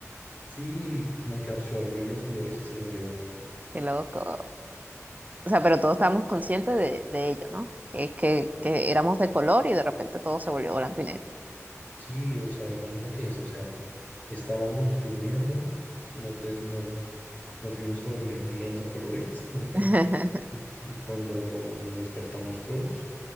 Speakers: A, on the left (about 30°); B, on the right (about 30°).
A: Sí, como que absorbió los colores y se los llevó.
B: Qué loco. O sea, pero todos estábamos conscientes de, de ello, ¿no? Que, que, que éramos de color y de repente todo se volvió blanco y negro.
A: Sí, o sea, imagínate eso, o sea, estábamos durmiendo, nos, des- nos, nos fuimos a dormir viendo colores <laughs>
B: <laughs>
A: y, y cuando nos despertamos todos,